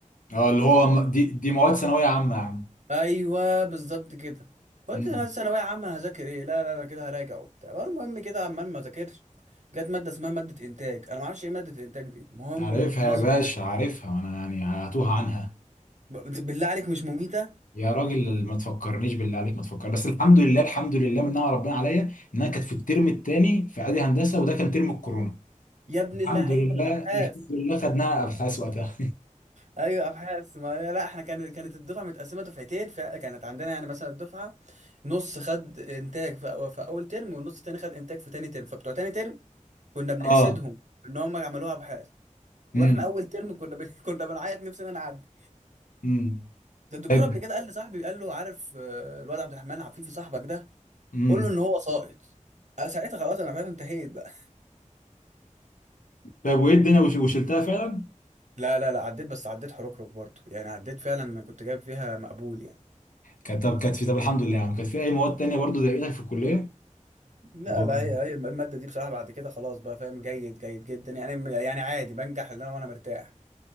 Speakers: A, on the left; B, on the right.
A: اه اللي هو
B: ف-
A: م- دي دي مواد ثانويه عامه يا عم
B: ايوه بالظبط كده قلت
A: مم.
B: انا بس ثانويه عامه هذاكر ايه لا لا انا كده هراجع وبتاع المهم كده عمال ما ذاكرش جت ماده اسمها ماده انتاج انا ما اعرفش ايه ماده انتاج دي المهم
A: عارفها
B: نظري
A: يا باشا عارفها وانا يعني هتوه عنها
B: ب- بالله عليك مش مميته
A: يا راجل ما تفكرنيش بالله عليك ما تفكر بس الحمد لله الحمد لله من نعم ربنا عليا انها كانت في الترم الثاني في اعدادي هندسه وده كان ترم الكورونا
B: يا ابن
A: الحمد
B: اللعيبه
A: لله
B: ابحاث
A: الحمد لله خدناها ابحاث وقتها
B: ايوه ابحاث ما لا, لا احنا كانت كانت الدفعه متقسمه دفعتين فكانت عندنا يعني مثلا الدفعه نص خد انتاج في, أو- في اول ترم والنص التاني خد انتاج في تاني ترم فبتوع تاني ترم كنا بنحسدهم
A: <laughs> اه
B: ان هم عملوها ابحاث واحنا
A: امم
B: اول ترم كنا بن... <laughs> كنا بنعيط نفسنا نعدي
A: امم
B: ده الدكتور
A: طيب
B: قبل كده قال لصاحبي قال له عارف آه، الواد عبد الرحمن عفيفي صاحبك ده
A: امم
B: قول له ان هو ساقط انا ساعتها خلاص انا فاهم انتهيت بقى
A: طيب وايه الدنيا وش- وشلتها فعلا
B: لا لا لا عديت بس عديت حركرك برضه يعني عديت فعلا انا كنت جايب فيها مقبول يعني
A: كانت طب كانت في طب الحمد لله يعني كانت في اي مواد تانية برضو زي ايدك في الكليه
B: لا
A: اللي هو
B: لا هي هي الماده دي بصراحه بعد كده خلاص بقى فاهم جيد جيد جدا يعني يعني عادي بنجح اللي انا وانا مرتاح